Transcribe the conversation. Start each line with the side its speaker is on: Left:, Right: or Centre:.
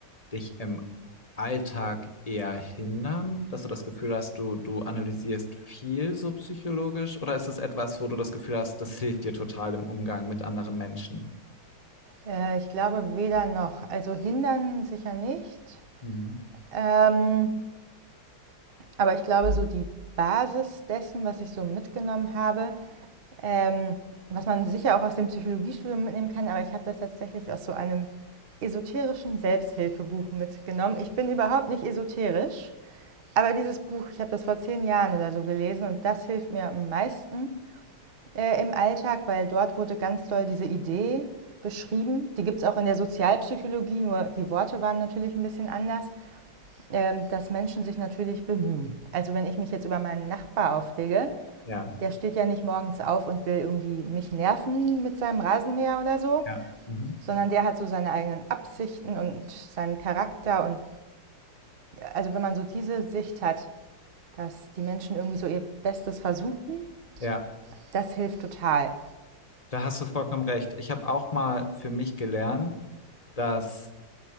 Left: dich im Alltag eher hindern, dass du das Gefühl hast, du, du analysierst viel so psychologisch, oder ist es etwas, wo du das Gefühl hast, das hilft dir total im Umgang mit anderen Menschen?
Right: Äh, ich glaube weder noch. Also hindern sicher nicht.
Left: Mhm.
Right: Ähm, aber ich glaube, so die Basis dessen, was ich so mitgenommen habe, ähm, was man sicher auch aus dem Psychologiestudium mitnehmen kann, aber ich habe das tatsächlich aus so einem esoterischen Selbsthilfebuch mitgenommen. Ich bin überhaupt nicht esoterisch. Aber dieses Buch, ich habe das vor zehn Jahren oder so gelesen und das hilft mir am meisten äh, im Alltag, weil dort wurde ganz doll diese Idee beschrieben. Die gibt es auch in der Sozialpsychologie, nur die Worte waren natürlich ein bisschen anders, ähm, dass Menschen sich natürlich bemühen. Also wenn ich mich jetzt über meinen Nachbar aufrege,
Left: Ja,
Right: der steht ja nicht morgens auf und will irgendwie mich nerven mit seinem Rasenmäher oder so,
Left: ja, mhm.
Right: sondern der hat so seine eigenen Absichten und seinen Charakter. Und also wenn man so diese Sicht hat, dass die Menschen irgendwie so ihr Bestes versuchen.
Left: Ja,
Right: Das hilft total.
Left: da hast du vollkommen recht. Ich habe auch mal für mich gelernt, dass